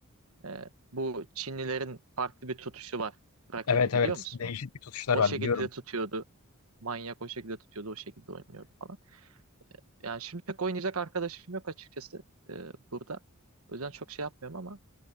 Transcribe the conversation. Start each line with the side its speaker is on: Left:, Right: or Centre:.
Right: E, bu Çinlilerin farklı bir tutuşu var. Raketi
Left: Evet
Right: biliyor
Left: evet.
Right: musun
Left: Değişik
Right: onu?
Left: bir tutuşlar
Right: O
Left: var
Right: şekilde
Left: biliyorum.
Right: tutuyordu. Manyak o şekilde tutuyordu, o şekilde oynuyordu falan. Yani şimdi pek oynayacak arkadaşım yok açıkçası e, burada. O yüzden çok şey yapmıyorum ama